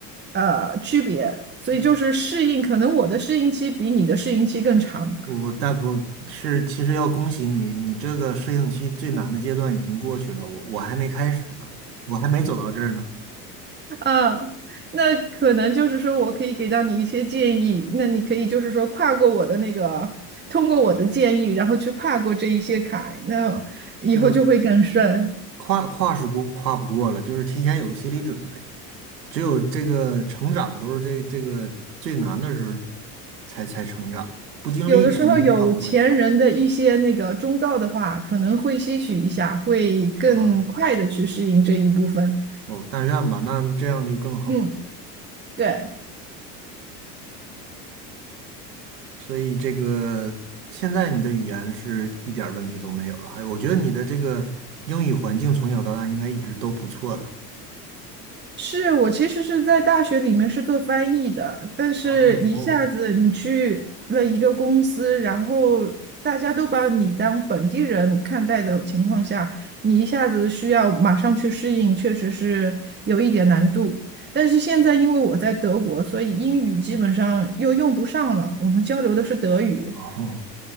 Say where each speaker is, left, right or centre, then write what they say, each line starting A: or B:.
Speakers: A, on the right; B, on the right.
A: 呃区别。所以就是适应，
B: 皮
A: 可能我的适应期比你的适应期更长。
B: 我我但不是，其实要恭喜你，你这个适应期最难的阶段已经过去了，我我还没开始呢，我还没走到这儿呢，
A: 啊，那可能就是说我可以给到你一些建议，那你可以就是说跨过我的那个，通过我的建议，然后去跨过这一些坎，那以后就会更顺。
B: 这个跨跨是过跨不过了，就是提前有个心理准备，只有这个成长都是这这个最难的时候才才成长，不经历肯定跨不过去，
A: 有的时候有钱人的一些那个忠告的话，可能会吸取一下，会更快的去适应这一部分。
B: 是吧？哦，但愿吧，那这样就更好了。
A: 嗯，对。
B: 所以这个现在你的语言是一点儿问题都没有了，还有我觉得你的这个英语环境从小到大应该一直都不错的。
A: 是我其实是在大学里面是做翻译的，但是一下子你去了一个公司，
B: 哦哦
A: 然后大家都把你当本地人看待的情况下，你一下子需要马上去适应，确实是有一点难度。但是现在因为我在德国，所以英语基本上又用不上了，我们交流的是德语。
B: 哦，